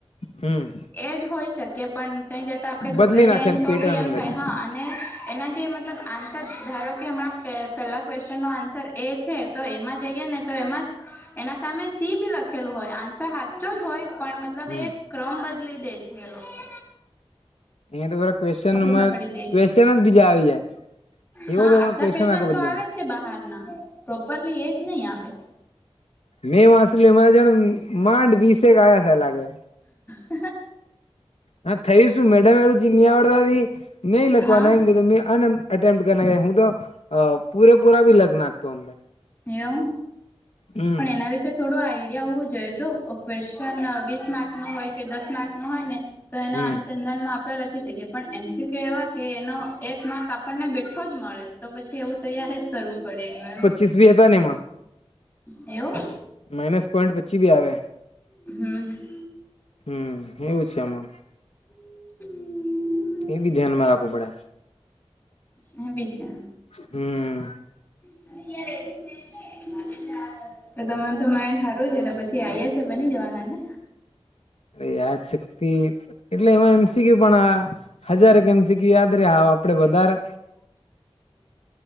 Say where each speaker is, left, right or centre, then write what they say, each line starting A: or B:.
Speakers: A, on the left; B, on the left.
A: હમ્મ.
B: એજ હોય શકે પણ તઈ જતા આપડે ગભરાય
A: બદલી
B: જાય
A: નાખે
B: તો
A: પેટન
B: બી એમ
A: અંદરની
B: થાય હા અને એના જે મ મતલબ આન્સર ધારો કે હમણાં પે પેલા ક્વેશ્ચન નો આન્સર એ છે તો એમાં જઈએ ને તો એમાં એના સામે સી બી લખેલું હોય આન્સર હાચો જ હોય પણ મતલબ
A: હમ
B: એ ક્રમ બદલી દે છે એ લોકો.
A: અહીંયા તો બરા ક્વેશ્ચનમાં
B: ઓફિસમાં પડી જાય
A: ક્વેશ્ચન
B: છે
A: જ બીજા આવી જાય.
B: હા
A: એવો તો પણ
B: અધા
A: ક્વેશ્ચન
B: કેશન્ટ
A: આખો
B: તો
A: બદલીને
B: આવે છે બહારના પ્રોપરલી એ જ નહી આવે.
A: મેં વાંસલી મારે જ માંડ વિસે ગયા થા લાગે.
B: હા
A: હા થઈ શું મેડમ એ તો નિ આવડતા ની લખવાના
B: હા
A: એમ કે મે અટેમ્પ્ટ કર હું તો અ પૂરેપૂરા ભી લખનાખુ અંદર.
B: એમ?
A: હમ
B: પણ એના વિશે થોડું આઈડિયા હોવું જોઈએ જો ક્વેશ શન વીસ માર્ક ન હોય કે દસ માર્ક નો હોય ને તો એના
A: હમ
B: અનુસંધાનમાં લખી શકીએ પણ એમ સી ક્યુ એવા કે એનો એક માર્ક આપણને બેઠો જ મળે. તો પછી એવું તૈયાર જ કરવું પડે એને.
A: સીસવી હતા ન એમાં?
B: એવું?
A: માઇનસ પોઈન્ટ પચી બી આવે.
B: હમ્મ.
A: હમ્મ, હું છે આમાં?
B: <unintelligible>
A: એ બી ધ્યાનમાં રાખવું પડે.
B: હું બી છે
A: હમ્મ. હમ્મ.
B: <inaudible> તો તમાર તો માઇન્ડ હારું રે છે તો પછી આઈ એ એસ બની જવાના ને?
A: અરે યાદ શક્તિ એટલે એમાં એમ સી ક્યુ પણ આ હજારેક એમ સી ક્યુ યાદ રે આપડે વધારે